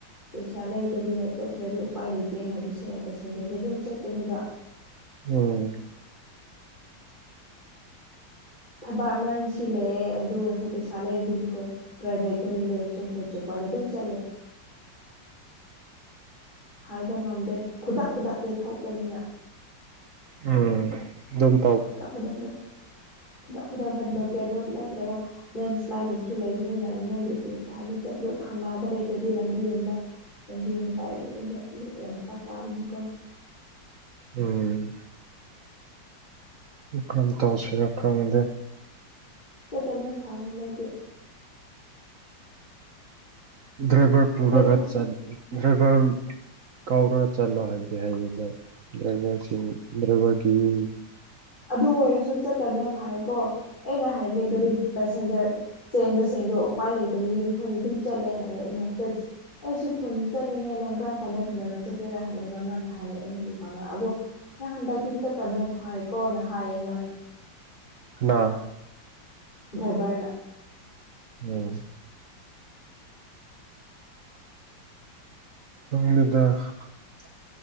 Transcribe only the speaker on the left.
ꯄꯩꯁꯥ ꯂꯩꯇꯕꯤꯅ ꯆꯠꯇ꯭ꯔꯗꯤ ꯎꯄꯥꯏ ꯂꯩꯇꯦ ꯍꯥꯏꯕꯁꯦ ꯄꯦꯁꯦꯟꯖꯔꯗ ꯑꯗꯨꯝ ꯆꯠꯄꯅꯤꯕ
ꯊꯕꯛ ꯃꯥꯔꯔꯟꯁꯤ ꯂꯩꯌꯦ ꯑꯗꯨ ꯑꯣꯏꯔꯁꯨ ꯄꯩꯁꯥ ꯂꯩꯔꯗꯤ ꯃꯈꯣꯏ ꯄ꯭ꯔꯥꯏꯚꯦꯠ ꯒꯥꯔꯤ ꯂꯩꯔꯦ ꯁꯨꯝ <unintelligible> ꯆꯣꯄꯔꯗ ꯑꯗꯨꯝ ꯆꯠꯂꯦ ꯍꯥꯏꯕ ꯉꯝꯗꯦ ꯈꯨꯗꯥꯛ ꯈꯨꯗꯥꯛꯇꯩ ꯊꯣꯛꯄꯅꯤꯅ
ꯈꯨꯗꯥꯛ ꯈꯨꯗꯥꯛꯗ ꯈꯨꯗꯥꯛ ꯈꯨꯗꯥꯛꯗ ꯕ꯭ꯂꯣꯀꯦꯠ ꯂꯣ ꯅꯠꯇ꯭ꯔꯒ ꯂꯦꯟꯁ꯭ꯂꯥꯏꯠꯒꯨꯝꯕꯁꯨ ꯂꯩꯕꯅꯤꯅ ꯅꯣꯏꯗꯤ ꯊꯥꯞꯅ ꯆꯠꯄꯗꯣ ꯈꯪꯅꯥꯕ ꯂꯩꯇ꯭ꯔꯗꯤ ꯂꯝꯕꯤꯔꯝꯕ ꯂꯝꯕꯤ ꯃꯇꯥꯏ ꯂꯣꯛꯗ ꯂꯣꯛ ꯌꯥꯝ ꯐꯔꯥꯛ ꯇꯥꯕꯅꯦꯀꯣ
ꯆꯠꯇꯕꯅ ꯐꯥꯏꯌꯦ ꯍꯟꯗꯛꯇꯤ
ꯑꯩ
ꯑꯗꯨ ꯑꯣꯏꯔꯁꯨ ꯆꯠꯇꯕꯅ ꯐꯥꯏꯌꯦ ꯀꯣ ꯑꯩꯅ ꯍꯥꯏꯕꯅꯦ ꯒꯥꯔꯤ ꯄꯦꯁꯦꯟꯖꯔ ꯆꯦꯟꯕ ꯁꯦꯡꯗꯣ ꯎꯄꯥꯏ ꯂꯩꯇꯕꯒꯤ ꯃꯈꯣꯏꯅ ꯑꯗꯨꯝ ꯆꯠꯂꯦ ꯍꯥꯏꯌꯦ ꯑꯩꯅ ꯆꯠ ꯑꯩꯁꯨ ꯈꯨꯟ ꯆꯠꯅꯤꯡꯉꯦꯅ ꯅꯪ ꯀꯔꯝ ꯀꯥꯟꯗ ꯃꯦꯂꯣꯝ ꯆꯠꯇꯣꯏꯔꯥ ꯍꯥꯏꯔꯒ ꯃꯥꯅ ꯍꯥꯏꯌꯦ ꯑꯩ <unintelligible> ꯀꯥꯔꯛꯑꯕꯣ ꯅꯪ ꯍꯟꯗꯛꯇꯤ ꯆꯠꯇꯕꯅ ꯐꯥꯏꯌꯦ ꯀꯣꯅ ꯍꯥꯏꯌꯦ ꯃꯥꯅ
ꯗ꯭ꯔꯥꯏꯕꯔꯅ